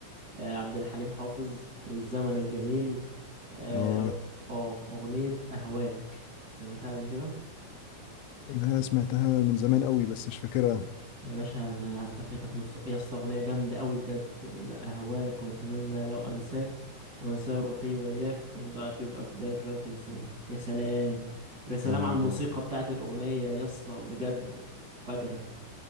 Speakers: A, on the right; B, on the left.
A: آه عبد الحليم حافظ الزمن الجميل اه
B: اه
A: أ- آه، اغنيه اهواك سمعتها قبل كده
B: يعني انا سمعتها من زمان قوي بس مش فاكرها
A: يا باشا ده انت فاتك نص يا اسطى اغنيه جامده قوي بجد اهواك واتمنى لو انساك وانسى روحي وياك وان ضاعت يبقى فداك لو تنساني يا سلام ويا سلام
B: اه
A: على الموسيقى
B: جامدة
A: بتاعت الاغنيه يا اسطى بجد فجره